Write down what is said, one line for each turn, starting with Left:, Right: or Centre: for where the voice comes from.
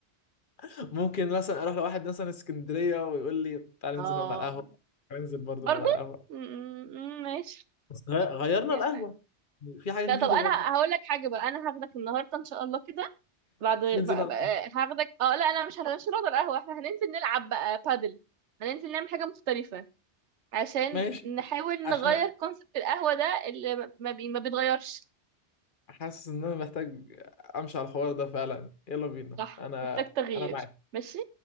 Left: <laughs> مثلا اروح لواحد مثلا اسكندرية ويقول لي تعال ننزل
Right: اه
Left: نقعد على القهوة تعال ننزل برضه
Right: برضه
Left: نقعد على القهوة
Right: م- م- ماشي
Left: بس غ- غيرنا
Right: يعني
Left: القهوة في حاجة
Right: لا
Left: جديدة
Right: طب انا
Left: برضه
Right: هقول لك حاجة بقى انا هاخدك النهاردة ان شاء الله كده بعد بقى
Left: ننزل نقعد
Right: بقى
Left: على القهوة
Right: هاخدك اه لا لا مش هنشرب القهوة احنا هننزل نلعب بقى بادل هننزل نعمل حاجة مختلفة عشان
Left: ماشي
Right: نحاول
Left: عشان
Right: نغير كونسبت القهوة ده اللي ما ما بي ما بيتغيرش
Left: حاسس ان انا محتاج امشي على الحوار ده فعلا يلا بينا
Right: صح
Left: انا
Right: محتاج تغيير
Left: انا معاك
Right: ماشي